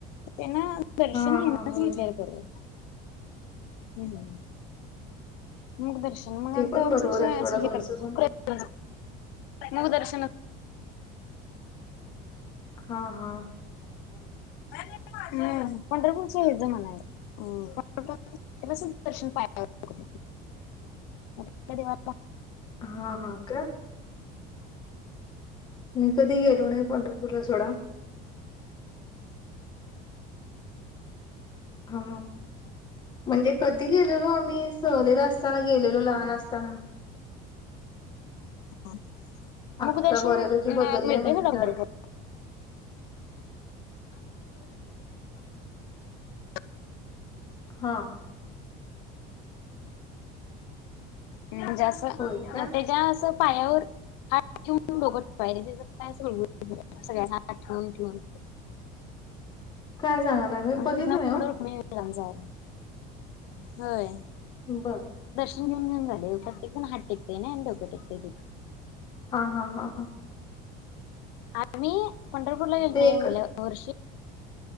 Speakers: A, on the left; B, on the left.
A: त्यांना दर्शन
B: हा
A: हेणच
B: हा होय
A: घेतल्यालं बरोबर हम् मग दर्श शन मगंत
B: ते पण बरोबर आहे सोडा
A: हे
B: तुमचं
A: करत
B: पण
A: मग दर्शन
B: हा हा
A: ह पंढरपूरचे हे जमान आहे पंपूर तेव्हा सुद्ध दर्शन पा कुठ वा
B: हा हा का मी कधी गेलो नाही पंढरपूरला सोडा हा म्हणजे कधी गेलेलो आम्ही सहलीला असताना गेलेलो लहान असता चला
A: <unintelligible>
B: आत्ता
A: मुखदर्शन
B: बऱ्यापैकी
A: अ
B: बदललय
A: मिळतेय
B: म्हणतात.
A: का पंढरपूरला <unintelligible>
B: हा
A: म्हणजे असं
B: होय का?
A: न त्याच्या असं पायावर हात ठेवून बोघत <unintelligible> पाय त्याज पाय अस गुळगुळीत सगळ्यांना अस हात ठेवून ठेवून
B: काय सांगलाय मी
A: मग
B: बघितलं
A: तिथनं
B: नाही हो
A: पुढं रुक्मिणी विराम झाले होय
B: बर
A: येऊन येऊन झाले ते प्रत्येक जण हात टेकतेय अन डोक टेकतय तिथे
B: हा-हा-हा-हा
A: आम्ही पंढरपूरला गेलत
B: ते
A: का नाय
B: एक
A: मागल्या वर्षी